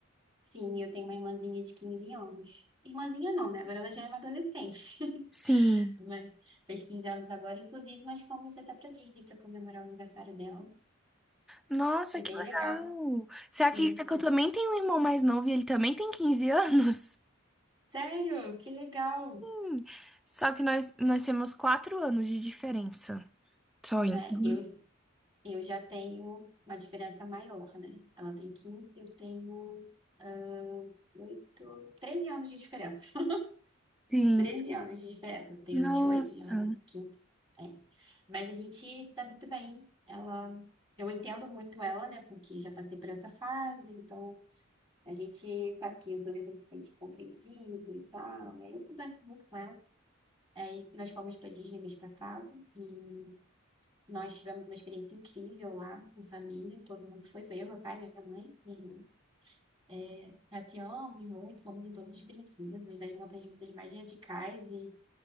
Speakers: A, on the right; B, in the centre.
A: Sim, eu tenho uma irmãzinha de 15 anos. Irmãzinha não, né? Agora ela já é uma adolescente. <laughs>
B: Sim.
A: né? Fez 15 anos agora, inclusive nós fomos até pra Disney pra comemorar o aniversário dela.
B: Nossa,
A: Foi
B: que
A: bem
B: legal!
A: legal.
B: Você
A: Sim,
B: acredita
A: faz.
B: que eu também tenho um irmão mais novo e ele também tem quinze anos? <laughs>
A: Sério, que legal.
B: Hum, Só que nós, nós temos quatro anos de diferença. Só então.
A: É, eu, eu já tenho uma diferença maior, né? Ela tem 15, eu tenho ah, oito 13 anos de diferença. <laughs>
B: Sim.
A: 13 anos de diferença. Eu tenho
B: Nossa.
A: vinte e oito e ela tem 15. É. Mas a gente está muito bem. Ela, eu entendo muito ela, né? Porque já passei por essa fase, então A gente sabe que o adolescente se sente compreendido e tal. E aí eu converso muito com ela. Aí nós fomos para Disney mês passado e nós tivemos uma experiência incrível lá em família. Todo mundo foi, foi meu pai, minha mãe, minha irmã. É, passeamos muito, fomos em todos os brinquedos, das montanhas russas mais radicais e